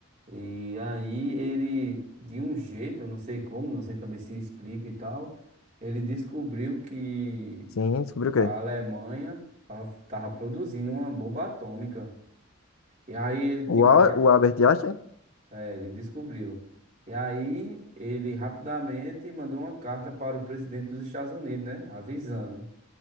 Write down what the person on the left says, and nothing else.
Sim, descobriu o quê?
O, Al-
o Albert Einstein?